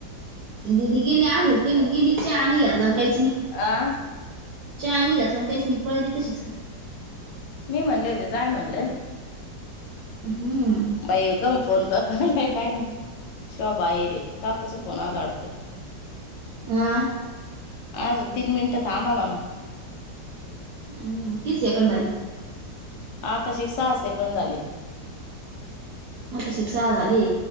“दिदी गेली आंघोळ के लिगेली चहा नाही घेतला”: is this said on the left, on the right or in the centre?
Right